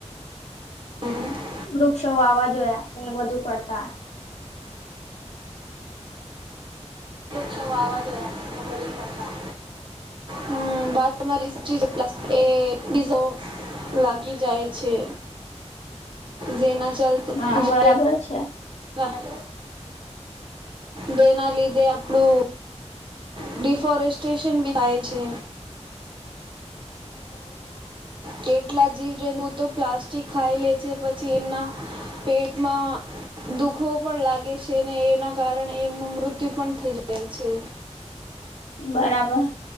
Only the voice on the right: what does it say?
હમ
વૃક્ષો વાવા જોઈએ
કરતા. હમ વાત તમારી પ્લએઝો લાગી જાય છે, જેના ચાલતા
જે
વાહ તો એના લીધે અ આપડુ ડડીિ ફોરેસ્ટેશન બી થાય છે.
કેટલા જીવ જંતુ તો પ્લાસ્ટિક ખાઈ લે છે, પછી એમના પેટમાં દુઃખ ભૂખ પણ લાગે છે, અને એના કારણે એમનું મૃત્યુ પણ થઈ જાય છે.